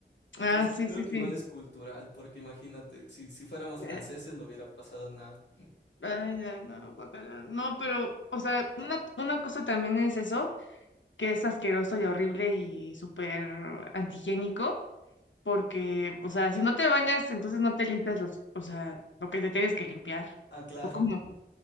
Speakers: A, on the left; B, on the left.
A: Entonces,
B: Ah, sí,
A: creo
B: sí,
A: que
B: sí.
A: igual es cultural, porque imagínate, si, si fuéramos franceses
B: Eh,
A: no hubiera pasado nada.
B: Ay, no, no, guácala. No, pero, o sea, una, una cosa también es eso. que es asqueroso y horrible y súper antihigiénico, porque, o sea, si no te bañas, entonces no te limpias los, o sea, lo que te tienes que limpiar,
A: Ah, claro.
B: o cómo.
A: <laughs>